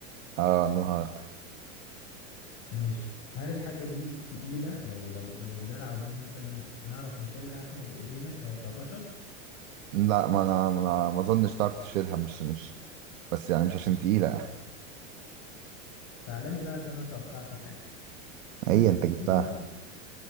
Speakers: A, on the right (about 80°); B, on the left (about 40°).
A: اه لونها أخضر
B: ماشي هل الحاجة دي تقيلة لو لو لو الزرعة دي مثلا نعرف نشيلها احنا بإيدينا ك- كبشر
A: لا ما أنا ما أنا- ما أظنش تعرف تشيلها مش مش بس يعني مش عشان تقيلة
B: تعالى لي بقى عشان انا توقعت حاجة
A: هي
B: هل الحاجة
A: أنت جبتها
B: دي فيها شوك